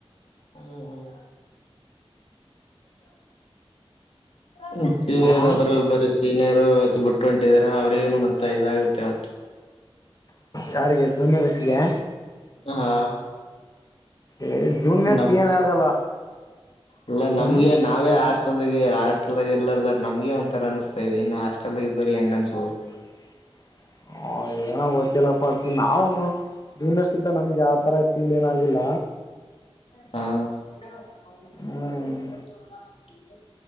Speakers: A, on the left; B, on the left.
A: ಹ್ಮ ಹ್ಮ್ ಚೀನೀರ
B: ಹಾಂ
A: ಅದ್ರಲ್ಲಿ ಬೇರೆ ಸೀನ ಇವತ್ತು ಬಿಟ್ಟ ಹೊಂಟಿದರ ಅವರಿಗ ಮತ್ತ ಇದಾಗುತ್ತೆತ್ತು
B: ಯಾರಿಗೆ ಜೂನಿಯರ್ ಸಿಗಾ
A: ಹಾ
B: ಏ ಜೂನಿಯರ್ಸ್
A: ನಮ್
B: ಏನಾಗಲ್ಲ
A: ಇಲ್ಲ ನಮ್ಗೆ
B: ಹ್ಮ್
A: ನಾವೇ ಆಷ್ಟ ಹೆಲ್ ಹಾಸ್ಟೆಲ್ದಾಗ ಇಲ್ಲ್ದಾರ ನಮಗೆ ಒಂಥರ ಅನಸ್ತಾದೆ ಇನ್ನು ಹಾಸ್ಟಲದಾಗ ಇದ್ದರಿಗೆ ಹೆಂಗ ಅನ್ಸ್ಬಹುದು
B: ಹ <inaudible> ಹ ಏನ ಗೊತ್ತಿಲ್ಲಪ್ಪ ಅದ್ದು ನಾವು ಜೂನಿಯರ್ಸ್ ಇದ್ದಾಗ ನಮಗೆ ಆತರ ಫೀಲ್ ಏನಾಗಿಲ್ಲ.
A: <unintelligible>
B: ಹ್ಮ್